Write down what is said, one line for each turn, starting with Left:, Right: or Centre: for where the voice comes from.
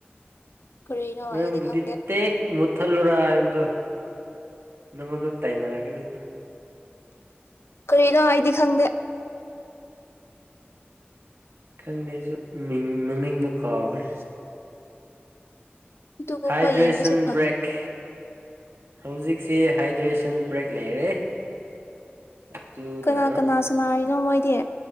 Left: ꯀꯔꯤꯅꯣ
Right: ꯃ
Left: ꯑꯩꯗꯤ
Right: ꯕꯨꯗꯤ
Left: ꯈꯪꯗꯦ
Right: ꯇꯥꯛ ꯃꯨꯠꯊꯜꯂꯨꯔ ꯍꯥꯏꯕꯗꯣ ꯅꯪꯉꯣꯟꯗ ꯇꯥꯏꯅꯔꯛꯒꯅꯤ ꯑꯗꯨ
Left: ꯀꯩꯅꯣ ꯑꯩꯗꯤ ꯈꯪꯗꯦ
Right: ꯈꯪꯗꯦꯁꯨ ꯃꯤꯡ ꯃꯃꯤꯡꯗꯨ ꯀꯥꯎꯒ꯭ꯔꯦ
Left: ꯑꯗꯨꯒꯨꯝꯕ
Right: ꯍꯥꯏꯗ꯭ꯔꯦꯁꯟ
Left: ꯌꯦꯡꯕꯁꯨ ꯐꯪ
Right: ꯕ꯭ꯔꯦꯛ ꯍꯧꯖꯤꯛꯁꯤ ꯍꯥꯏꯗ꯭ꯔꯦꯁꯟ ꯕ꯭ꯔꯦꯛ ꯂꯩꯔꯦ ꯑꯗꯨꯅ
Left: ꯀꯅꯥ ꯀꯅꯥ ꯁꯥꯅꯩꯅꯣ ꯃꯣꯏ ꯇ